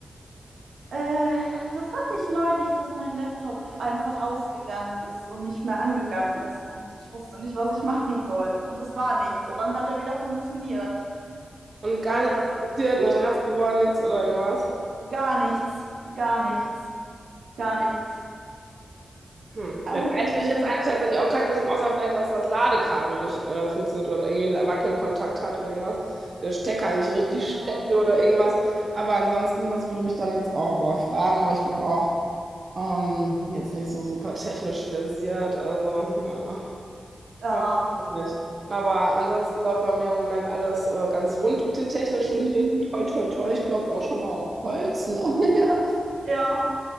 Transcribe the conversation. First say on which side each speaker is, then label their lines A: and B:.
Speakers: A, on the right; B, on the right.
A: äh, das hatte ich neulich, dass mein Laptop einfach ausgegangen ist und nicht mehr angegangen ist. Und ich wusste nicht, was ich <laughs> machen soll. Und es war nichts. Und dann hat er wieder funktioniert.
B: Und gar
A: ohne
B: nichts
A: dass
B: ist
A: es
B: passiert,
A: war.
B: nicht nass geworden, nichts oder irgendwas.
A: Gar nichts, gar nichts, gar nichts.
B: Hm.
A: Einfach
B: Ja, da hätte
A: mittendrin.
B: ich jetzt eigentlich tatsächlich auch keine Lösung, außer vielleicht, dass das Ladekabel nicht äh, funktioniert oder irgendwie einen Wackelkontakt hat oder irgendwas. Der Stecker nicht richtig
A: Ja.
B: steckte oder irgendwas. Aber ansonsten, das würde mich dann jetzt auch überfragen. Aber ich bin auch ähm, jetzt nicht so super technisch versiert. Also, naja,
A: Ja.
B: weiß ich auch nicht. Aber ansonsten läuft bei mir im Moment alles äh, ganz rund mit den technischen
A: Mhm.
B: Geräten. Toi, toi, toi. Ich klopfe auch schon mal auf Holz. Ne? <laughs>
A: Ja.